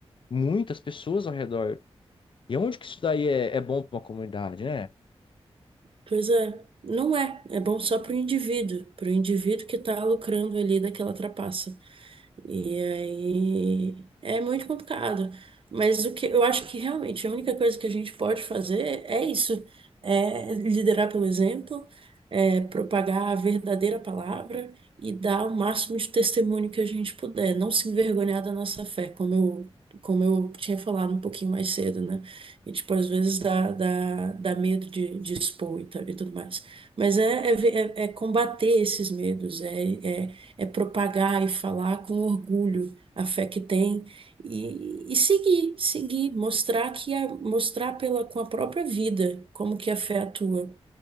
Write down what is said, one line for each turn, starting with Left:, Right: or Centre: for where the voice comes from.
Left: muitas pessoas ao redor. E onde que isso daí é, é bom para uma comunidade, né?
Right: Pois é, não é. É bom só para o indivíduo, para o indivíduo que está lucrando ali daquela trapaça. E aí é muito complicado. Mas o que eu acho que realmente a única coisa que a gente pode fazer é isso, é liderar pelo exemplo, é propagar a verdadeira palavra e dar o máximo de testemunho que a gente puder, não se envergonhar da nossa fé, como eu, como eu tinha falado um pouquinho mais cedo, né? E tipo, às vezes dá, dá, dá medo de, de expor e, tal, e tudo mais. Mas é, é, ver- é- é combater esses medos, é é é propagar e falar com orgulho a fé que tem e, e seguir, seguir, mostrar que a, mostrar pela, com a própria vida como que a fé atua